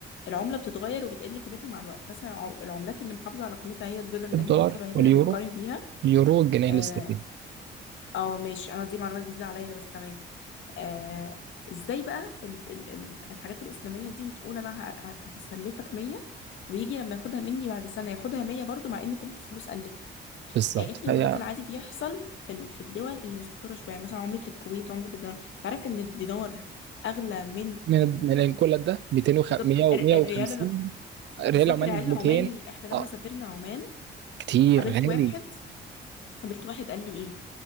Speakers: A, on the left; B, on the right.
A: العملة بتتغير وبتقل قيمتها مع الوقت مثلا الع- العملات اللي محافظة على قيمتها هي الدولار لأن
B: الدولار
A: هي الحاجة الوحيدة
B: واليورو
A: اللي بتقارن بيها
B: اليورو والجنيه
A: اه
B: الاسترليني
A: آه، ماشي أنا دي معلومات جديدة عليا بس تمام آه ازاي بقى ال ال ال الحاجات الإسلامية دي بتقول أنا ه- ه- هسلفك 100 ويجي لما ياخدها مني بعد سنة ياخدها 100 برضو مع إن كنت فلوس قلت
B: بالظبط
A: قالت
B: فهي
A: لي هو ده في العادي بيحصل في ال في الدول اللي مستقرة شوية يعني مثلا عملة الكويت عملة الدينار تعرف إن الدينار أغلى من
B: من
A: ال...
B: من كل ده 250
A: بالظبط ال- الريال ال-
B: ريال
A: بالظبط
B: عماني
A: الريال
B: ب
A: العماني
B: 200
A: إحنا لما
B: اه
A: سافرنا عمان
B: كتير
A: قابلت
B: غالي
A: واحد قابلت واحد قال لي إيه